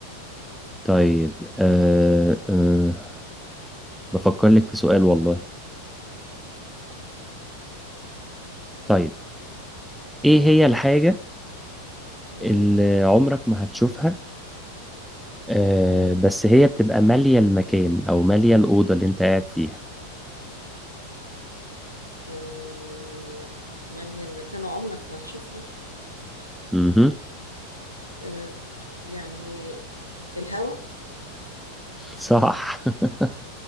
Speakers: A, in the centre; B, on the left (about 85°).
A: طيب أه أه بفكر لك في سؤال والله طيب ايه هي الحاجة
B: ايوه
A: اللي عمرك ما هتشوفها أه بس هي بتبقى مالية المكان او مالية الأوضة اللي انت قاعد فيها
B: آم، مالية المكان عمرك ما تشوفها
A: امم
B: آه، يعني الهوا
A: صح <laughs>